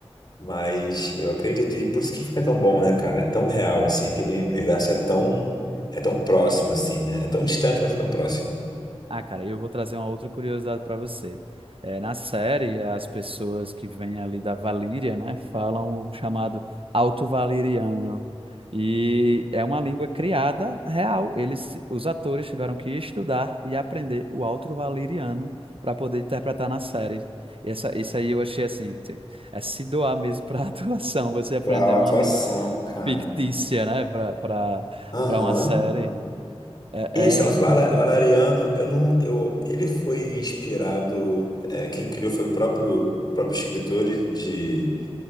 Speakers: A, on the left (about 40°); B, on the right (about 60°).
A: Mas eu acredito, e por isso que fica tão bom, né, cara? É tão real, assim, aquele universo é tão, é tão próximo, assim, né? É tão distante, mas é tão próximo.
B: Ah, cara, eu vou trazer uma outra curiosidade para você. É, na série, as pessoas que vêm ali da Valíria, né, falam o chamado Alto Valiriano. E é uma língua criada real. Eles, os atores tiveram que estudar e aprender o Alto Valiriano para poder interpretar na série. Essa, isso aí eu achei assim, tipo, é se doar mesmo para a <laughs> atuação, você aprender
A: Pra
B: uma
A: atuação,
B: língua
A: cara.
B: fictícia, né, para para
A: Aham.
B: para uma série. É,
A: E esse Elzo
B: é coisa
A: Vala-
B: de louco.
A: Valeriano, eu não, eu, ele foi inspirado, é, quem criou foi o próprio, o próprio escritor de,